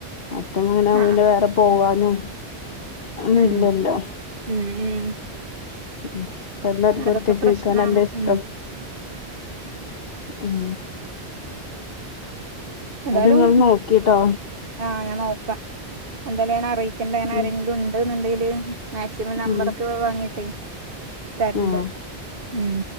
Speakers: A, on the left; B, on the right.
A: അറ്റങ്ങനെ പിനെ
B: ആഹ്
A: വേറെ പോവാനും ഒന്നും
B: ഉം
A: ഇല്ലല്ലോ
B: ഉം ഉം
A: ഉ ഇ എല്ലർും
B: അതൊക്കെ
A: ഒറ്റക്ക്
B: പ്രശ്നാണ്
A: കേക്കാൻ നല്ല ഇഷ്ടം
B: ഉം
A: ഉം
B: എന്തായാലും
A: ഇങ്ങള് നോക്കിട്ടോ
B: ആഹ! ഞാൻ നോക്കാം എന്തായാലും ഞാ അറിയിക്കണ്ട ങ്ങന
A: ഉം
B: ആരെങ്കിലും ഉണ്ട എന്നുണ്ടെങ്കില് മാക്സിമം നമ്പറൊക്കെ
A: ഉം
B: വാങ്ങിട്ടേ തരണ്ട്
A: ആഹ്
B: ഉ